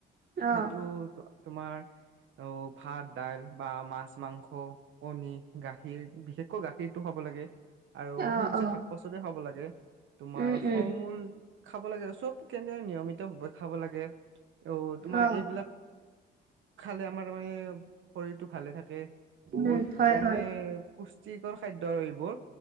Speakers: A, on the right; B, on the right.
A: অ
B: সেইটো তোমাৰ অ ভাত দাইল বা মাছ মাংস কণী গাখীৰ বিশেষকৈ গাখীৰ টো খাব লাগে আৰু
A: অ
B: সেইজীয়া
A: অ
B: শাক পাচলি খাব লাগে তোমাৰ
A: উম
B: ফল
A: উম
B: মূল খাব লাগে চব কেনে নিয়মিত ভাৱে খাব লাগে অ' তোমাৰ
A: অ
B: এইবিলাক খালে আমাৰাৰ মানে শৰীৰটো ভালে থাকে বহুত
A: উম হয়
B: ত মানে
A: হয়
B: পুষ্টিকৰ খাদ্য এইবোৰ